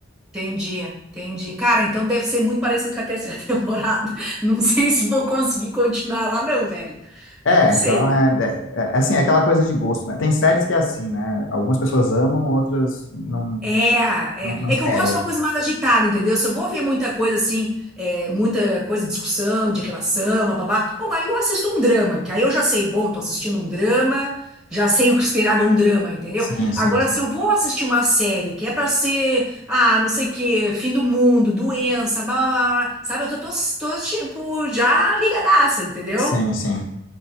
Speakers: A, in the centre; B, on the left.
A: entendi, entendi. Cara, então deve ser muito parecido com a terceira <laughs> temporada. Não sei se vou conseguir continuar lá, não, velho.
B: É,
A: Não sei.
B: então é, é, é é assim, é aquela coisa de gosto, né? Tem séries que é assim, né? Algumas pessoas amam, outras não,
A: É, é,
B: não, não
A: é que
B: pega.
A: eu gosto de uma coisa mais agitada, entendeu? Se eu vou ver muita coisa assim, é, muita coisa de discussão, de relação, babá, bom, aí eu assisto um drama, que aí eu já sei, bom, tô assistindo um drama, já sei o que esperar de um drama, entendeu?
B: Sim, sim,
A: Agora,
B: sim.
A: se eu vou assistir uma série que é pra ser, ah, não sei o quê, fim do mundo, doença, blá, blá, blá, blá, sabe? Eu tô, tô, tô, tipo, já ligadaça, entendeu?
B: Sim, sim.